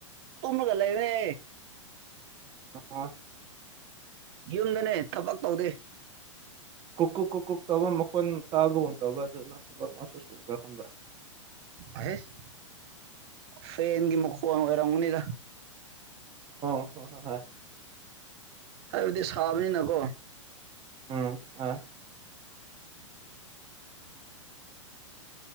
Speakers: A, on the right; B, on the right.
A: ꯇꯨꯝꯃꯒ ꯂꯩꯔꯦ
B: ꯑ
A: ꯌꯨꯝꯗꯅꯦ ꯊꯕꯛ ꯇꯧꯗꯦ
B: ꯀꯨ ꯀꯨꯛ ꯀꯨ ꯀꯨꯛ ꯇꯕ ꯃꯈꯣꯟ ꯇꯥꯕꯒꯨꯝ ꯇꯧꯕ ꯑꯗꯨ ꯅꯠꯇꯕ ꯑꯃꯁꯨ ꯁꯨꯕ꯭ꯔꯥ ꯈꯟꯕ
A: ꯑꯍꯁ ꯐꯦꯟꯒꯤ ꯃꯈꯣꯟ ꯑꯣꯏꯔꯝꯒꯅꯤꯗ
B: ꯑꯣ ꯍꯣ ꯍꯣ ꯍꯣꯏ
A: ꯍꯥꯏꯕꯗꯤ ꯁꯥꯕꯅꯤꯅꯀꯣ
B: ꯎꯝ ꯑꯥ